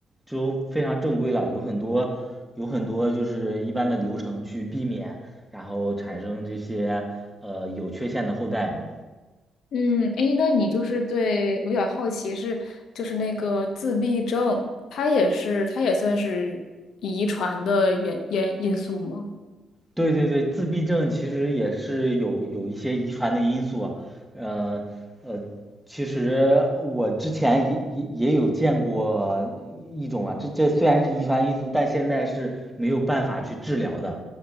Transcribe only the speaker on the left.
嗯，诶，那你就是对我比较好奇是，就是那个自闭症，它也是它也算是遗传的原因因素吗？